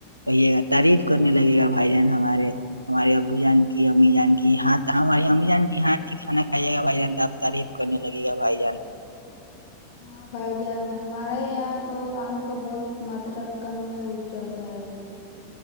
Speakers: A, on the right; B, on the left.
A: کہیے گا تعریف کرنے لگے گا بھائی جان ہمارے ہمارے ابو جان کی امی جان کی ہاں ہماری امی جان کی یہ ہاں کھانا کھائیے گا بھائی جان تو آب تعریف کرنے لگے گا بھائی جان
B: ہاں بھائی جان ہمارے یہاں تو آم کا بہت ماترا کم میں اپجا ہوتا ہے بھائی ج